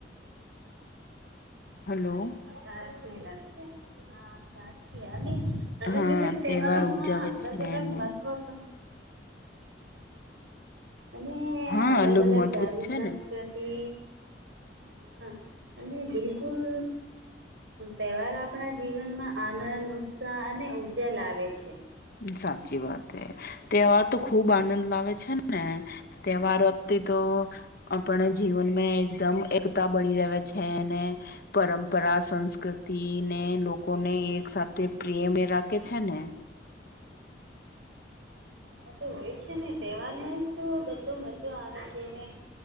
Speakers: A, on the left (about 55°); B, on the right (about 80°).
A: હલો.
B: સાચી સાચી વા ત ને હા સાચી અને અલગ
A: હા
B: અલગ તહેવારો
A: તહેવાર ઉજવે
B: માં અલગ
A: છે
B: અલગ
A: ને
B: મહત્વ પણ હ અને
A: હા
B: અલગ અલગ
A: મહત્વ
B: ધર્મ
A: છે
B: સંસ્કૃતિ
A: ને.
B: હા અને બિલકુલ તહેવાર આપણા જીવનમાં આનંદ સહ અને ઉર્જા લાવે છે.
A: સાચી વાત હ તે આ તો ખુબ આનંદ લાવે છે ને, તહેવારોથી તો આપણે જીવનમાં એકદમ એકતા બની રહે છે ને પરંપરા સંસ્કૃતિને લોકોને એક સાથે પ્રેમે રાખે છે ને.
B: હ તો હોય છે ને તહેવાર માં જ તો બધો મજો આવે છે ને.